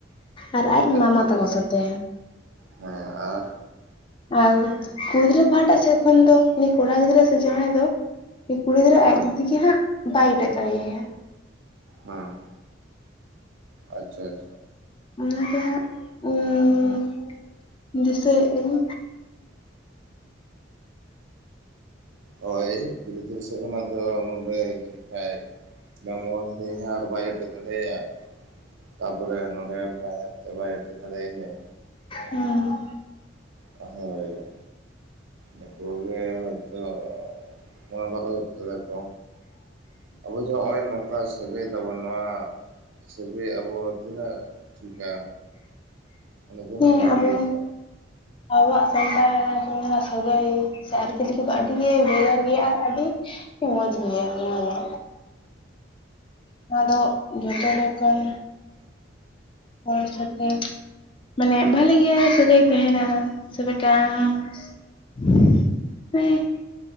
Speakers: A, on the left; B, on the right.
A: ᱟᱨ ᱟᱡ
B: ᱟᱪᱪᱷᱟ
A: ᱢᱟᱢᱟ
B: ᱟᱪᱪᱷᱟ,
A: ᱛᱟᱠᱚ ᱥᱟᱛᱮ
B: ᱦᱮᱸ ᱟᱨ
A: ᱟᱨ ᱠᱩᱲᱤ ᱜᱤᱫᱽᱨᱟᱹ ᱯᱟᱦᱟᱴᱟ ᱥᱮᱫ ᱠᱷᱚᱱ ᱫᱚ ᱩᱱᱤ ᱠᱚᱲᱟ ᱜᱤᱫᱽᱨᱟᱹ ᱥᱮ ᱡᱟᱦᱟᱸᱭ ᱫᱚ ᱠᱩᱲᱤ ᱜᱤᱫᱽᱨᱟᱹ
B: ᱦᱮᱸ
A: ᱟᱡ ᱫᱤᱫᱤ ᱜᱮ ᱦᱟᱸᱜ ᱵᱟᱭ ᱡᱚᱴᱮᱫ ᱫᱟᱲᱮᱭᱟᱭᱟ᱾
B: ᱦᱮᱸ, ᱟᱪᱪᱷᱟ ᱟᱪᱪᱷᱟ᱾
A: ᱚᱱᱟ ᱜᱮ ᱦᱟᱸᱜ ᱩᱸ ᱫᱤᱥᱟᱹᱭᱮᱜ ᱟᱹᱧ᱾
B: ᱦᱳᱭ, ᱠᱩᱲᱤ ᱜᱤᱫᱽᱨᱟᱹ ᱥᱮ ᱠᱷᱚᱱᱟᱜ ᱫᱚ ᱱᱚᱰᱮ ᱡᱟᱱᱤᱜ ᱠᱷᱟᱭ ᱵᱟᱝᱢᱟ ᱦᱚᱧᱦᱟᱨ ᱵᱟᱭ ᱡᱚᱴᱮᱛ ᱫᱟᱲᱮᱭᱟᱭ᱾ ᱛᱟᱯᱚᱨᱮ ᱱᱚᱰᱮ ᱵᱟᱦᱚᱧᱦᱟᱨᱛᱮ ᱵᱟᱭ ᱡᱚᱴᱮᱛ ᱫᱟᱲᱮ ᱤᱧᱟᱭ᱾
A: ᱦᱩᱸ᱾
B: ᱦᱳᱭ᱾ ᱱᱩᱠᱩ ᱜᱮ ᱦᱚᱭᱛᱚ ᱱᱚᱣᱟ ᱵᱟᱠᱚ ᱡᱚᱴᱮᱛ <unintelligible> ᱛᱮ ᱟᱵᱚ ᱡᱮ ᱦᱚᱜᱼᱚᱭ ᱱᱚᱝᱠᱟ ᱥᱟᱹᱜᱟᱹᱭ ᱛᱟᱵᱚᱱ ᱱᱚᱣᱟ ᱥᱟᱹᱜᱟᱹᱭ ᱟᱵᱚ ᱛᱤᱱᱟᱹᱜ ᱴᱷᱤᱠᱟ? ᱢᱟᱱᱮ
A: ᱦᱮᱸ
B: <unintelligible> ᱢᱚᱡᱽ
A: ᱟᱵᱚ
B: ᱵᱩᱡᱷᱟᱜᱼᱟ᱾
A: ᱟᱵᱚᱣᱟᱜ ᱥᱟᱱᱛᱟᱲ ᱥᱚᱢᱟᱡᱽ ᱨᱮᱱᱟᱜ ᱥᱟᱹᱜᱟᱹᱭ ᱥᱮ ᱟᱹᱨᱤᱼᱪᱟᱹᱞᱤ ᱠᱚᱫᱚ ᱟᱹᱰᱤ ᱜᱮ ᱵᱷᱮᱜᱟᱨ ᱜᱮᱭᱟ ᱟ-ᱟᱹᱰᱤ᱾ ᱢᱚᱪ ᱜᱮᱭᱟ ᱱᱚᱣᱟ ᱫᱚ᱾ ᱱᱚᱣᱟ ᱫᱚ ᱡᱷᱚᱛᱚ ᱞᱮᱠᱟᱱ ᱦᱚᱲ ᱥᱚ ᱛᱮ᱾ ᱢᱟᱱᱮ ᱵᱷᱟᱞᱮ ᱜᱮ ᱥᱟᱹᱜᱟᱹᱭ ᱛᱟᱦᱮᱱᱟ, ᱥᱮ ᱢᱤᱫᱴᱟᱝ <inaudible> ᱮᱸ᱾